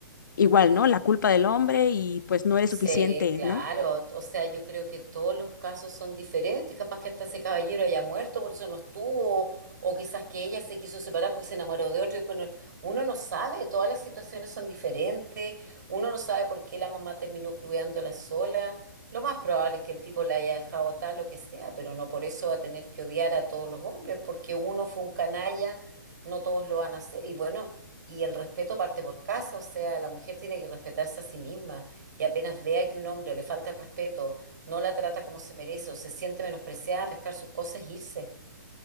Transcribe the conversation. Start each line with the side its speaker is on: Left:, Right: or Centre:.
Left: igual, ¿no? La culpa del hombre y pues no eres
Right: Sí,
Left: suficiente,
Right: claro.
Left: ¿no?
Right: O sea, yo creo que todos los casos son diferentes. Capaz que hasta ese caballero haya muerto, por eso no estuvo, o quizás que ella se quiso separar porque se enamoró de otro. Y después no- Uno no sabe, todas las situaciones son diferentes. Uno no sabe por qué la mamá terminó cuidándola sola. Lo más probable es que el tipo la haya dejado tal, lo que sea, pero no por eso va a tener que odiar a todos los hombres, porque uno fue un canalla, no todos lo van a hacer. Y bueno, y el respeto parte por casa, o sea, la mujer tiene que respetarse a sí misma y apenas vea que un hombre le falta el respeto, no la trata como se merece o se siente menospreciada, pescar sus cosas e irse.